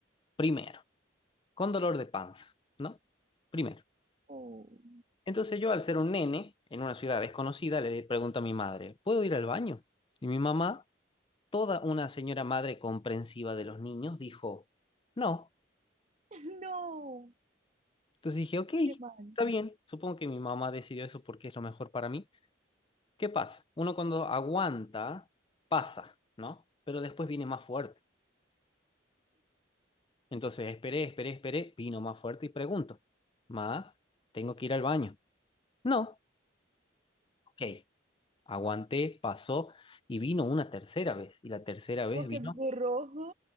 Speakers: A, on the left (about 25°); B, on the right (about 35°).
A: Primero, con dolor de panza, ¿no? Primero.
B: Oh,
A: Entonces yo, al ser un nene en una ciudad desconocida, le pregunto a mi madre, ¿puedo ir al baño? Y mi mamá, toda una señora madre comprensiva de los niños, dijo, no.
B: <laughs> no.
A: Entonces dije, ok,
B: qué mal,
A: está bien. Supongo que mi mamá decidió eso porque es lo mejor para mí. ¿Qué pasa? Uno cuando aguanta, pasa, ¿no? Pero después viene más fuerte. Entonces esperé, esperé, esperé, vino más fuerte y pregunto, Ma, ¿tengo que ir al baño? No, ok. Aguanté, pasó y vino una tercera vez. Y la tercera vez
B: Porque
A: vino,
B: do rojo